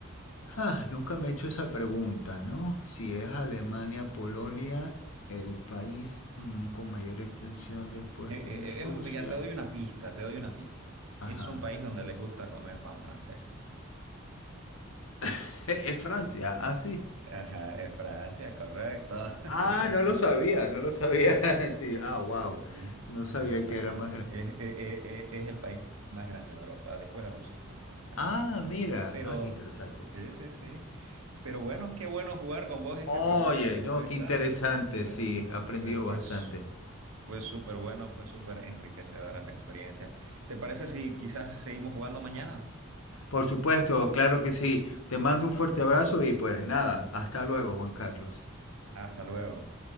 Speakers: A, on the left; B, on the right.
A: Ah, nunca me he hecho esa pregunta, ¿no? Si es Alemania, Polonia, el país mm, con mayor extensión después
B: Eh,
A: de
B: eh,
A: Rusia.
B: es un, ya te doy una pista, te doy una pista.
A: Ajá.
B: Es un país donde les gusta comer pan francés.
A: <laughs> Es Francia, ah, sí.
B: Ajá, es Francia, correcto. <laughs>
A: Ah, no lo sabía, no lo sabía. <laughs> Sí, ah, wow.
B: Sí, sí,
A: No sabía
B: es el país
A: que era
B: más,
A: más
B: gra-
A: grande.
B: es, es- es- es el país más grande de Europa, después de Rusia, ¿no? Es Francia.
A: Ah, mira,
B: Pero,
A: ah, qué interesante.
B: sí, sí, sí. Pero bueno, qué bueno jugar con vos este
A: Oye,
B: preguntas y respuestas.
A: no, qué interesante,
B: Fue,
A: sí, he aprendido
B: fue, fue,
A: bastante.
B: s- fue súper bueno, fue súper enriquecedora la experiencia. ¿Te parece si quizás seguimos jugando mañana?
A: Por supuesto, claro que sí. Te mando un fuerte abrazo y pues nada, hasta luego, Juan Carlos.
B: Hasta luego.